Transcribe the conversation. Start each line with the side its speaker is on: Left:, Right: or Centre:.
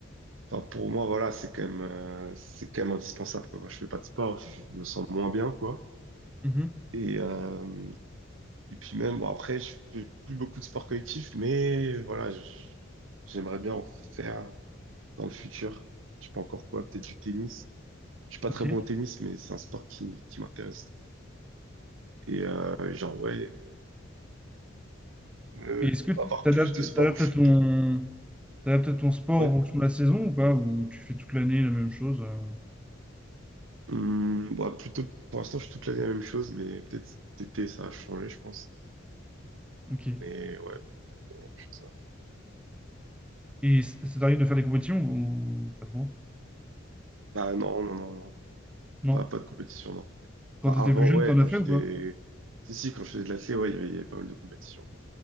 Right: enfin, pour moi, voilà, c'est quand même, euh, c'est quand même indispensable, quoi. Moi, je fais pas de sport, je je me sens moins bien, quoi.
Centre: Mhm.
Right: Et, euh, Et puis même, bon, après, je fais plus beaucoup de sports collectifs, mais voilà, je- j'aimerais bien en faire dans le futur. Je sais pas encore quoi, peut-être du tennis. Je suis pas
Centre: Ok.
Right: très bon au tennis, mais c'est un sport qui, qui m'intéresse. Et euh, genre, ouais, euh,
Centre: Et est-ce que tu
Right: avoir
Centre: t'adaptes,
Right: plus de sports
Centre: t'adaptes
Right: où je
Centre: à ton,
Right: suis bon.
Centre: t'adaptes à ton sport
Right: Ouais.
Centre: en fonction de la saison ou pas? Ou tu fais toute l'année la même chose? euh,
Right: Hum, bah, plutôt, pour l'instant, je suis toute l'année la même chose, mais peut-être cet été, ça a changé, je pense.
Centre: Ok.
Right: Mais ouais, plutôt la même chose. ouais.
Centre: Et c- ça t'arrive de faire des compétitions ou pas trop?
Right: Bah non, non, non, non.
Centre: Non.
Right: Pas, pas de compétition, non.
Centre: Quand
Right: Enfin,
Centre: t'étais
Right: avant,
Centre: plus jeune,
Right: ouais,
Centre: t'en as
Right: quand
Centre: fait
Right: j'étais...
Centre: ou pas?
Right: Si, si, quand je faisais de l'athlé, ouais, il y avait il y avait pas mal de compétitions.